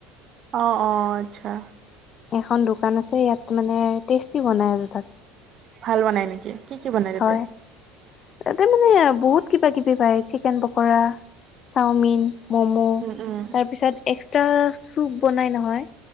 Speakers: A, on the right; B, on the left.
A: অঁ, অঁ আচ্ছা।
B: এখন দোকান আছে ইয়াত মানে টেষ্টি বনাই আৰু তাত।
A: ভাল বনাই নেকি? কি কি বনাই তাতে?
B: হয় তাতে মানে, বহুত কিবা-কিবি পায়। চিকেন পকৰা, চাওমিন ম'ম
A: উম উম
B: তাৰপিছতএক্সট্ৰা চুপ বনাই নহয়।